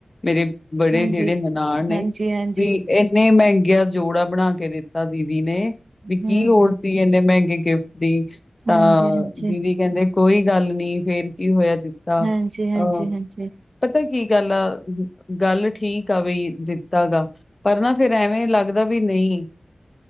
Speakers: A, on the left (about 40°); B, on the right (about 70°).
A: ਮੇਰੇ ਬੜੇ
B: ਹਾਂਜੀ
A: ਜਿਹੜੇ ਨਨਾਣ ਨੇ
B: ਹਾਂਜੀ ਹਾਂਜੀ
A: ਵੀ ਇਹ ਇਨੇ ਮਹਿੰਗਿਆ ਜੋੜਾ ਬਣਾ ਕੇ ਦਿੱਤਾ ਦੀਦੀ ਨੇ ਵੀ ਕੀ
B: ਹਮ
A: ਲੋੜ
B: ਹਮ
A: ਸੀ ਇੰਨੇ ਮਹਿੰਗੇ ਗਿਫਟ ਦੀ ਤਾਂ
B: ਹਾਂਜੀ ਹਾਂਜੀ
A: ਦੀਦੀ ਕਹਿੰਦੇ ਕੋਈ ਗੱਲ ਨੀ ਫੇਰ ਕੀ ਹੋਇਆ ਦਿੱਤਾ
B: ਹਾਂਜੀ ਹਾਂਜੀ
A: ਅਹ।
B: ਹਾਂਜੀ
A: ਪਤਾ ਕੀ ਗੱਲ ਆ ਗੱਲ ਠੀਕ ਆ ਵੀ ਦਿੱਤਾ ਗਾ। ਪਰ ਨਾ ਫੇਰ ਐਵੇਂ ਲੱਗਦਾ ਵੀ ਨਹੀਂ।